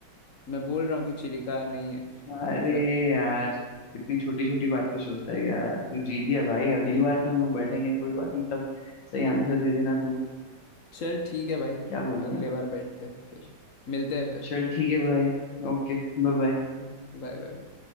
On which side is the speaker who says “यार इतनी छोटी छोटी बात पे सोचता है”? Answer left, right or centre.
Left